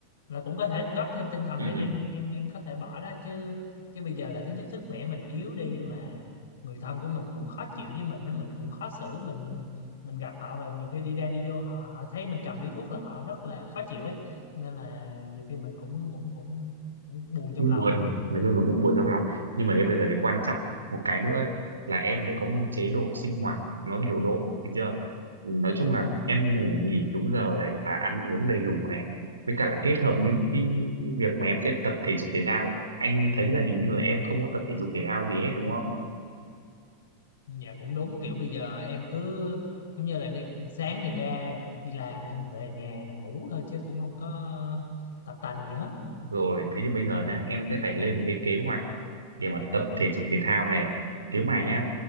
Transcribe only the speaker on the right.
ừ.
cũng
buồn nói chung là cũng buồn trong lòng nhưng mà cái bây giờ cái quan trọng một cái nữa ấy, là em phải có một chế độ sinh hoạt nó điều độ được chưa nói chung là em ngủ nghỉ đúng giờ này và ăn uống đầy đủ này với cả là kết hợp với cái việc mà em sẽ tập thể dục thể thao anh thấy là hình như là em không có tập thể dục thể thao gì hết đúng không
Rồi, thế thì bây giờ nhá, em sẽ phải lên một cái kế hoạch để mà tập thể dục thể thao này. Nếu mà nhá,